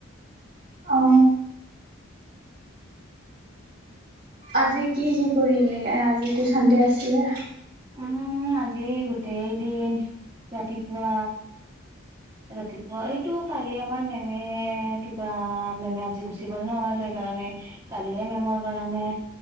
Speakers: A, on the right; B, on the right.
A: অ, আজি কি কৰিলে, আজিতো চানডে আছিলে।
B: উম, আজি গোটেইদিন ৰাতিপুৱা ৰাতিপুৱা এইটো কালি আমাৰ মেমে কিবা মেমে আজি গুচি গ'ল নহয়। সেইকাৰণে কালিয়ে মেমৰ কাৰণে